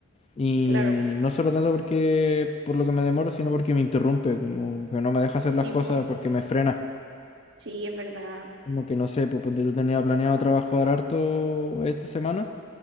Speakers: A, on the left; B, on the right.
A: Y
B: claro.
A: no solo tanto porque por lo que me demoro, sino porque me interrumpe, como que no me deja hacer
B: Sí,
A: las cosas
B: pues.
A: porque me frena.
B: Sí, es verdad.
A: Como que no sé, pues ponte tú tenía planeado trabajar harto esta semana